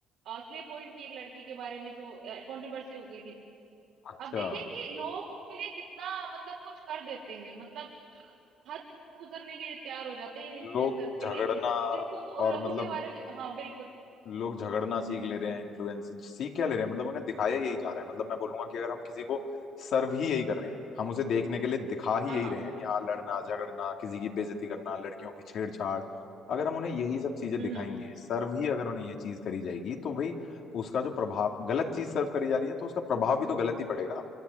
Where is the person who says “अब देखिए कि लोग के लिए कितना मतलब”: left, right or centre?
Right